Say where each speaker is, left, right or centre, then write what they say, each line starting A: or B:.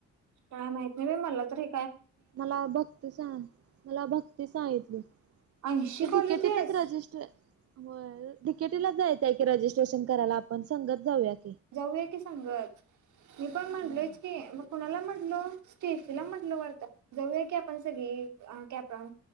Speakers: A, on the right (about 75°); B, on the right (about 50°).
A: काय माहित नाही मला तरी
B: मला भक्ती सां मला भक्ती सांगितली
A: ऐंशी
B: ते
A: कॉलेजेस
B: डीकेटीतिचं रजिस्टर व्हय डिकेटीला जायच रजिस्ट्रेशन करायला आपण सगत जाऊयात
A: जाऊया की संगच मि पन म्हंटलेच
B: हा.
A: की म कोणाला म्हंटल स्टेफीला म्हंटलो वाटत जाउया की आपण सगळे कॅप राउंड